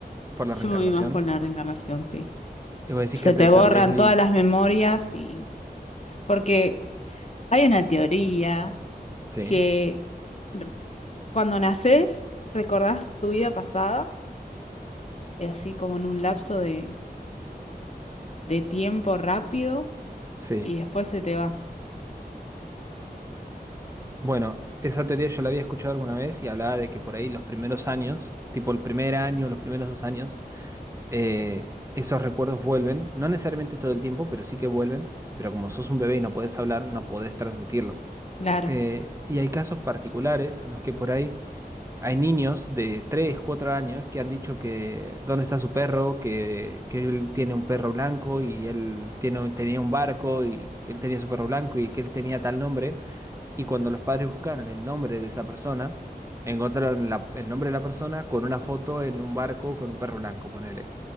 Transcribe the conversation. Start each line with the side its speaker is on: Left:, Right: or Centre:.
Right: por la
Left: yo
Right: reencarnación.
Left: me voy más por la reencarnación, sí.
Right: Y vos decís
Left: Se
Right: que antes
Left: te
Right: de ser
Left: borran
Right: Leslie.
Left: todas las memorias y... Porque Hay una teoría
Right: Sí,
Left: que r- cuando naces recordás tu vida pasada, y así como en un lapso de, de tiempo rápido,
Right: sí.
Left: y después se te va.
Right: Bueno, esa teoría yo la había escuchado alguna vez y hablaba de que por ahí los primeros años, tipo el primer año, los primeros dos años, eh, esos recuerdos vuelven. No necesariamente todo el tiempo, pero sí que vuelven. Pero como sos un bebé y no podés hablar, no podés transmitirlo.
Left: Claro,
Right: Eh, y hay casos particulares en los que por ahí. Hay niños de 3, 4 años que han dicho que dónde está su perro, que, que él tiene un perro blanco y él tiene, un- tenía un barco y que él tenía su perro blanco y que él tenía tal nombre. Y cuando los padres buscaron el nombre de esa persona, encontraron la- el nombre de la persona con una foto en un barco con un perro blanco, ponele.